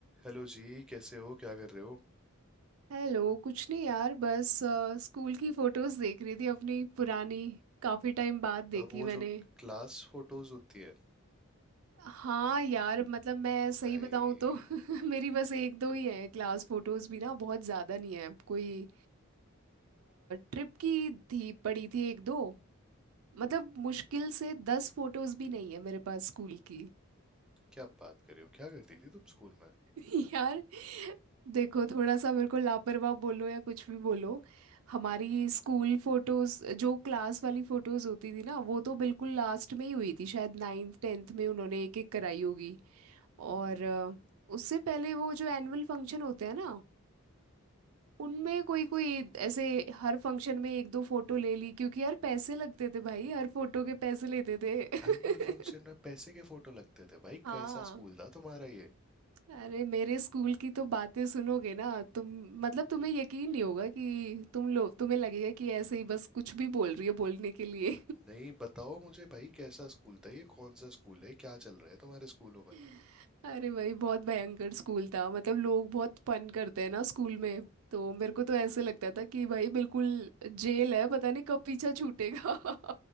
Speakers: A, in the centre; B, on the right.
A: Hello जी कैसे हो क्या कर रहे हो
B: Hello कुछ नहीं यार बस अ, स्कूल की फोटोज देख रही थी अपनी पुरानी काफी टाइम बाद देखी
A: अब वो
B: मैंने
A: जो क्लास फोटोज होती है
B: हाँ यार मतलब मैं सही
A: भाई
B: बताऊं तो <laughs> मेरी बस एक दो ही है क्लास फोटोज भी ना बहुत ज्यादा नहीं है कोई ट्रिप की थी पड़ी थी एक दो मतलब मुश्किल से दस फोटोज भी नहीं है मेरे पास स्कूल की
A: क्या बात कर रहे हो क्या करती थी तुम स्कूल में
B: <laughs> यार देखो थोड़ा सा मेरे को लापरवाह बोलो या कुछ भी बोलो हमारी स्कूल फोटोज जो क्लास वाली फोटोज होती थी ना वो तो बिल्कुल लास्ट में ही हुई थी शायद नाइन्थ टेंथ में उन्होंने एक एक कराई होगी और अ, उससे पहले वो जो एनुअल फंक्शन होते हैं ना उनमें कोई कोई ऐसे हर फंक्शन में एक दो फोटो ले ली क्योंकि यार पैसे लगते थे भाई हर फोटो के पैसे लेते थे <laughs>
A: एनुअल फंक्शन में पैसे के फोटो लगते थे भाई
B: हाँ
A: कैसा स्कूल था तुम्हारा ये
B: अरे मेरे स्कूल की तो बातें सुनोगे ना तुम मतलब तुम्हें यकीन नहीं होगा कि तुम लोग तुम्हें लगेगा कि ऐसे ही बस कुछ भी बोल रही है बोलने के लिए
A: नहीं बताओ मुझे भाई कैसा स्कूल था ये कौन सा स्कूल है क्या चल रहा है तुम्हारे स्कूलों
B: <laughs>
A: में
B: अरे भाई बहुत भयंकर स्कूल था मतलब लोग बहुत फन करते हैं ना स्कूल में तो मेरे को तो ऐसे
A: हम्म,
B: लगता था कि भाई बिल्कुल जेल है पता नहीं कब पीछा छूटेगा <laughs>